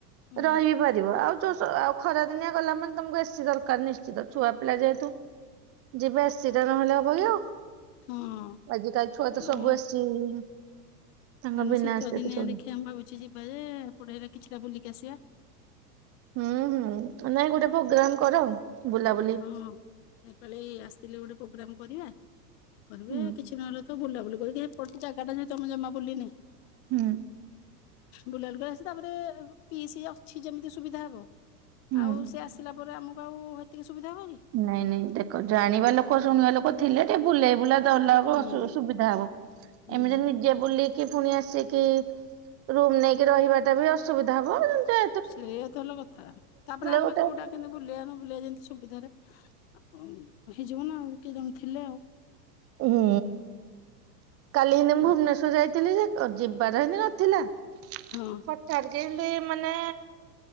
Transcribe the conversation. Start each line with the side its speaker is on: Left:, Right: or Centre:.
Left: ହୁଁ
Right: ରହି ବି ପାରି ଆଉ ଯୋଉ ଆଉ ଖରା ଦିନିଆ ଗଲା ମାନେ ତମକୁ ଏସି ଦରକାର ନିଶ୍ଚିତ ଛୁଆ ପିଲା ଯେହେତୁ। ଯିବା ଏସିଟା ନହେଲେ ହବ କି ଆଉ?
Left: ହଁ
Right: ଆଜିକାଲି ଛୁଆ
Left: ତେଣୁ
Right: ତ ସବୁ ଏସି <unintelligible> ତାଙ୍କ
Left: ତେଣୁ
Right: ବିନା
Left: ଶୀତ
Right: ଏସିରେ
Left: ଦିନିଆ
Right: କିଛି ହଉନି।
Left: ଦେଖିବା ଆମେ ଭାବୁଛେ ଯିବା ଯେ ପଢେଇଲା କିଛିଟା ବୁଲିକି ଆସିବା।
Right: ହୁଁ ହୁଁ ନାଇଁ ଗୋଟେ ପ୍ରୋଗ୍ରାମ କର। ବୁଲାବୁଲି
Left: ହଁ ଏପାଲି ଆସିଥିଲେ ଗୋଟେ ପ୍ରୋଗ୍ରାମ କରିବା। କରିବେ
Right: ହୁଁ
Left: କିଛି ନହେଲେ ତ ବୁଲାବୁଲି କରିକି ସେ ପଟ ଜାଗା ଯ ତମ ଜମା ବୁଲିନି।
Right: ହୁଁ।
Left: ବୁଲା ଲୋକ ଆସିଛି ତାପରେ ପିଇସି ଅଛି ଯେମିତି ସୁବିଧା ହବ।
Right: ହୁଁ।
Left: ଆଉ ସେ ଆସିଲା ପରେ ଆମକୁ ଆଉ ହେତିକି ସୁବିଧା ହବ କି?
Right: ନାଇଁ ନାଇଁ ଦେଖ ଜାଣିବା ଲୋକ ଶୁଣିବା ଲୋକ ଥିଲେ ଟିକେ ବୁଲେଇ ବୁଲା ଧରିଲାକୁ
Left: ହୁଁ
Right: ଅସୁ ସୁବିଧା ହବ।
Left: ହୁଁ
Right: ଏମିତି ନି ଯିଏ ବୁଲିକି ପୁଣି ଆସିକି ରୁମ ନେଇକି ରହିବା ଟା ବି ଅସୁବିଧା ହବ। ଯେ
Left: ସେଇଆ ତ ହେଲା କଥା ତାପରେ ଆମେ
Right: ଗୋଟେ
Left: କୋଉଟା କେମତି ବୁଲିଆ ନ ବୁଲିଆ ଯେମିତି ସୁବିଧାରେ ଆଉ ହେଇଯିବ ନା ଆଉ କେ ଜଣେ ଥିଲେ ଆଉ।
Right: ହୁଁ କାଲି ହିଁ ନେ ମୁଁ ଭୁବନେଶ୍ୱର
Left: ଆଉ
Right: ଯାଇଥିଲି ଯେ ତ ଯିବାର ହିଁ ନଥିଲା।
Left: ହଁ।
Right: ଆଉ ଚାରି ଦିନ ମାନେ